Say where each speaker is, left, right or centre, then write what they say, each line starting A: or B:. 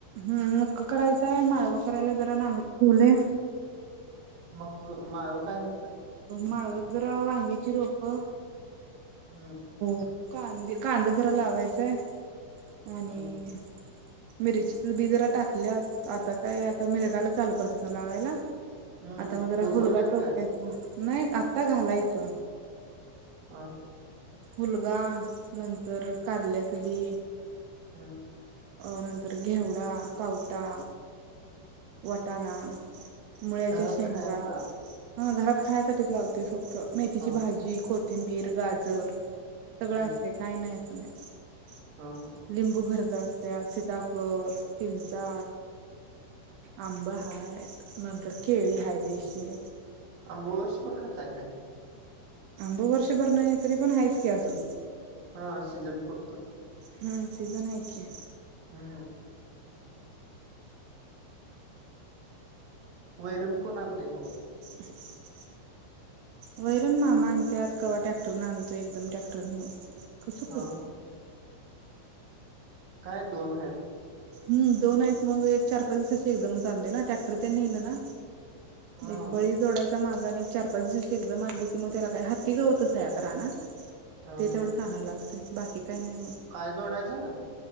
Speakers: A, on the right; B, on the right.
A: हम् मक्क करायचंय. माळवं करायला जरा नांगरून ठेवलय.
B: मक्क माळव काय करताय?
A: माळव जरा, वांग्याची रोप
B: हम्.
A: हो. कांदे कांद जरा लावायचय आणि
B: हम्म
A: मिरची च बी जरा टाकल्यात. आता काय आता मिरगायला चालू करतात ना लावायला.
B: हम्म
A: आता मग जरा
B: उगवलेत
A: हूलगा टोकायचा.
B: काय?
A: नाही आता घालायचं.
B: हा.
A: हूलगा नंतर कारल्याच बी
B: हम.
A: अ नंतर घेवडा, पावटा वटाणा, मुळ्याच्या
B: घरात
A: शेंगा,
B: खायला
A: हा घरात खायायसाठीच लावतोय फक्त मेथीची
B: हा
A: भाजी, कोथिंबीर, गाजर सगळं
B: हम्म
A: असते काही नाही असं नाही
B: हा हा
A: लिंबू घरच असते. त्यात सीताफळ, चिंचा आंब हायत, नंतर केळी हाय देशी
B: आंब वर्षभर खाताय काय?
A: आंब वर्षभर नाही. तरी पण आहेत की अजून
B: हा सीझन पुरत.
A: हम्म सीझन हाय की.
B: हम्म. वैरण कोण आणते मग?
A: <unintelligible> वैरण मामा आणत्यात. कव्हा टॅक्टर न आणतोय. एकदम टॅक्टर नेऊन कसं
B: हा
A: पण.
B: ह काय दोन आहेत.
A: हम दोन आहेत मग एक चार पाच दिवसाची एकदमच आणू दे ना टॅक्टर तेन नेलं ना
B: हा
A: एक बळी जोडा चा माझा आणि एक चार पाच दिवशी एकदम आणली की मग त्याला काय हत्ती गवतच आहे आता रानात
B: हा
A: ते
B: हा
A: तेवढं आणाय लागते बाकी काही नाही मग.
B: काय जोडायचा?